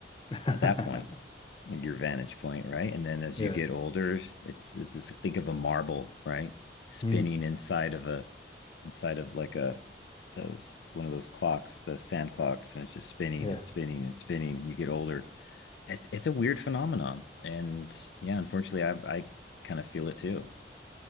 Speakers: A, on the left (about 30°); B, on the left (about 80°).
A: <laughs>
B: at that point, at your vantage point, right? And then as
A: Yeah.
B: you get older, it's, it's just think of a marble, right? Spinning
A: Hmm.
B: inside of a inside of like a those one of those clocks, the sand clocks, and it's just spinning
A: Yeah.
B: and spinning and spinning. And you get older. It, it's a weird phenomenon, and yeah, unfortunately, I I kind of feel it too.